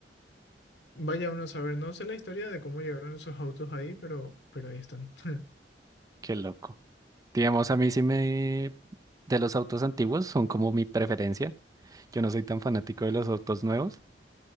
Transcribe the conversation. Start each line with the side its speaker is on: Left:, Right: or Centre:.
Left: vaya uno a saber, no sé la historia de cómo llegaron esos autos ahí, pero, pero ahí están. <laughs>
Right: Qué loco. Digamos, a mí sí me... De los autos antiguos son como mi preferencia. Yo no soy tan fanático de los autos nuevos.